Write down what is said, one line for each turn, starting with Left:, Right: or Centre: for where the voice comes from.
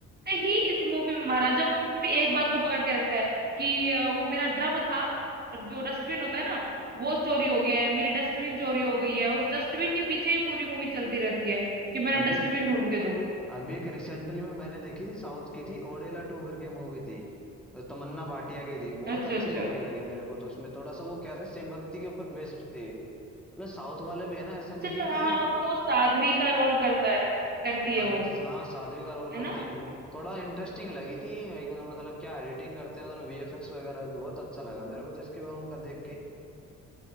Right: ही इस मूवी में महाराजा मूवी में भी एक बात को पकड़ के रखता है कि अ, वो मेरा ड्रम था और जो डस्टबिन होता है ना वो चोरी हो गया है मेरी डस्टबिन चोरी हो गई है उस डस्टबिन के पीछे ही पूरी मूवी चलती रहती है कि मेरा
Centre: अभी
Right: डस्टबिन ढूंढ के दो
Centre: अभी एक रिसेंटली में मैंने देखी थी साउथ की थी ओडेला टू करके मूवी थी तो तमन्ना भाटिया की थी बहुत
Right: अच्छा
Centre: अच्छी
Right: अच्छा
Centre: मूवी लगी मेरे को तो उसमें थोड़ा सा वो क्या था शिव भक्ति के ऊपर बेस्ड थी मतलब साउथ वाले भी है ना ऐसे नहीं
Right: अच्छा अच्छा
Centre: है
Right: हाँ
Centre: कि
Right: हाँ उसमें वो साध्वी का रोल करता है करती है
Centre: अरे
Right: वो
Centre: हाँ साध्वी का रोल करती
Right: है ना
Centre: है थोड़ा इंटरेस्टिंग लगी थी एक बार मतलब क्या एडिटिंग करते हैं मतलब वीएफएक्स वगैरह भी बहुत अच्छा लगा मेरे को तो इसके बाद उनका देख के